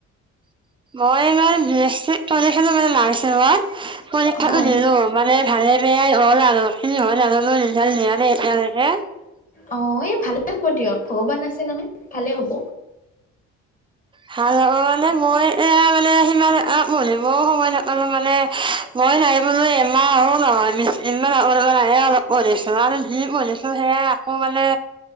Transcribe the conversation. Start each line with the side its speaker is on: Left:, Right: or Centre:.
Right: মই ইমান। <unintelligible> পৰীক্ষাটো দিলো। মানে ভালে
Left: হয়
Right: বেয়াই হ'ল আৰু, মই নাজানো। ৰিজাল্ট দিয়া নাই এতিয়ালৈকে।
Left: অ', এই ভালেই হ'ব দিয়ক। ভগৱান আছে নহয়, ভালে হ'ব।
Right: ভাল হ'ব মানে, মই এয়া মানে সিমান <unintelligible> মই সময় নাপালো মানে মই নাইবলৈ এমাহো নহয়। অলপ পঢ়িছো আৰু যি পঢ়িছো সেয়া একো মানে,